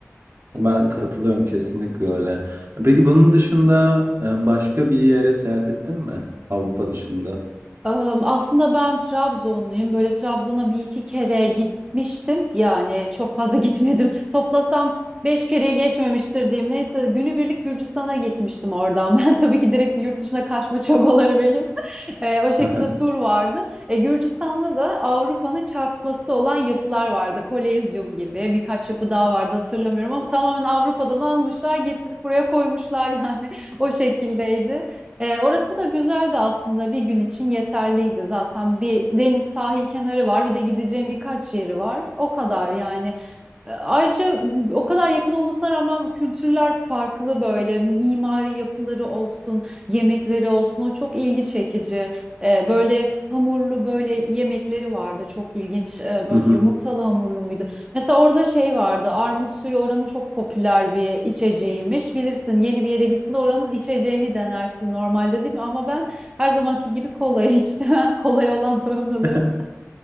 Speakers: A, on the right; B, on the right.
A: Ben katılıyorum kesinlikle öyle. Peki bunun dışında e, başka bir yere seyahat ettin mi? Avrupa dışında.
B: Am, Aslında ben Trabzonluyum. Böyle Trabzon'a bir iki kere gitmiştim. Yani çok fazla <laughs> gitmedim. Toplasan beş kereyi geçmemiştir diyeyim. Neyse günübirlik Gürcistan'a gitmiştim oradan. <laughs> Ben tabii ki direkt bir yurt dışına kaçma çabaları benim. <laughs> E, o şekilde
A: <laughs> Hı
B: tur vardı. E, Gürcistan'da da Avrupa'nın çakması olan yapılar vardı. Kolezyum gibi birkaç yapı daha vardı hatırlamıyorum ama tamamen Avrupa'dan almışlar getirip buraya koymuşlar yani <laughs> o şekildeydi. Ee, orası da güzeldi aslında bir gün için yeterliydi zaten bir deniz sahil kenarı var bir de gideceğim birkaç yeri var o kadar yani e, Ayrıca o kadar yakın olmasına rağmen kültürler farklı böyle mimari yapıları olsun, yemekleri olsun o çok ilgi çekici. E, böyle hamurlu böyle yemekleri vardı çok ilginç E, böyle
A: hı.
B: yumurtalı hamurlu muydu? Mesela orada şey vardı armut suyu oranın çok popüler bir içeceğiymiş. Bilirsin yeni bir yere gittiğinde oranın içeceğini denersin normalde değil mi? Ama ben her zamanki gibi kolayı içtim. <laughs> Kolay olan bağımlılığım.
A: <laughs>